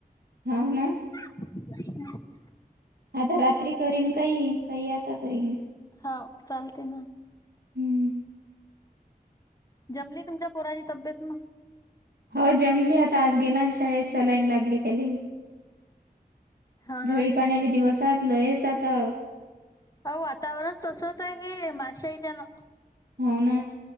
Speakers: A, on the right; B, on the left.
A: हाव ना.
B: ह..
A: आता रात्री करीन काही काही आता करीन.
B: हाव चालत ना.
A: हम्म.
B: जमली तुमच्या पोराची तब्येत म...
A: हो जमली आता आज गेलानी शाळेत सलाईन लागली त्याले.
B: हो ना.
A: झळी पाण्याच्या दिवसात लय आाता
B: हो वातावरण तसच आहे हे माशाईच्या ना
A: हो ना